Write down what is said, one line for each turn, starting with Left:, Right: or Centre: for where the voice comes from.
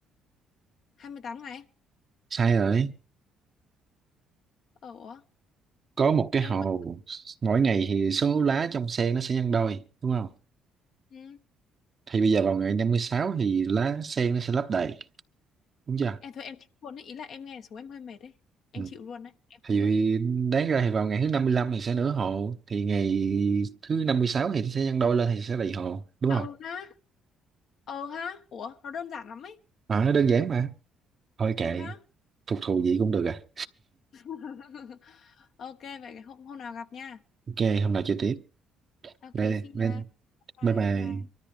Left: hai mươi tám ngày.
Right: sai rồi
Left: Ờ ủa,
Right: có một cái
Left: em
Right: hồ mỗi ngày thì số lá trong sen nó sẽ nhân đôi đúng không
Left: ừ,
Right: thì bây giờ vào ngày 56 thì lá sen nó sẽ lấp đầy đúng chưa
Left: em thôi em chịu luôn đấy, ý là em nghe số em hơi mệt đấy. Em
Right: ừ.
Left: chịu luôn đấy, em
Right: thì
Left: không biết.
Right: đáng ra thì vào ngày thứ 55 thì sẽ nửa hồ thì ngày thứ 56 thì sẽ nhân đôi lên thì sẽ đầy hồ đúng
Left: À,
Right: không
Left: ừ ha. Ừ ha. Ủa, nó đơn giản lắm ấy.
Right: à, đơn giản mà thôi kệ
Left: Ừ ha.
Right: phục thù gì cũng được à
Left: <laughs> Ok vậy hôm hôm nào gặp nha.
Right: ok hôm nào chơi tiếp
Left: Ok,
Right: bye
Left: xin
Right: bye
Left: nha. Bye
Right: bye bye
Left: bye bye. bye.